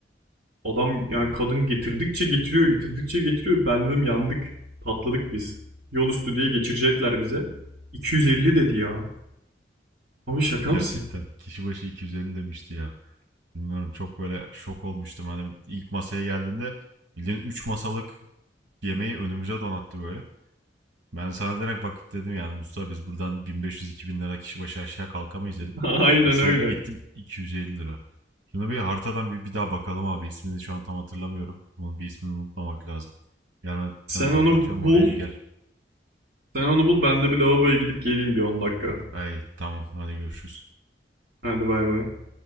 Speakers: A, on the right (about 60°); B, on the right (about 85°).
A: Adam yani
B: <laughs>
A: kadın getirdikçe getiriyor, getirdikçe getiriyor. Ben dedim yandık, patladık biz. Yol üstü diye geçirecekler bize. 250 dedi ya. Abi şaka
B: Gerçekten.
A: mısın?
B: Kişi başı 250 demişti ya. Bilmiyorum çok böyle şok olmuştum. Hani ilk masaya geldiğinde bildiğin 3 masalık yemeği önümüze donattı böyle. Ben sana direkt bakıp dedim yani Mustafa biz buradan 1500-2000 lira kişi başı aşağı kalkamayız dedim.
A: <laughs> Aynen
B: Kasaya
A: öyle.
B: bir gittim 250 lira. Şuna bir haritadan bir, bir daha bakalım abi. İsmini şu an tam hatırlamıyorum. Onun bir ismini unutmamak lazım. Gel ben
A: Sen
B: sana link
A: onu
B: atıyorum
A: bul.
B: oraya bir gel.
A: Sen onu bul. Ben de bir lavaboya gidip geleyim bir 10 dakika.
B: Ay tamam hadi görüşürüz.
A: Hadi bay bay.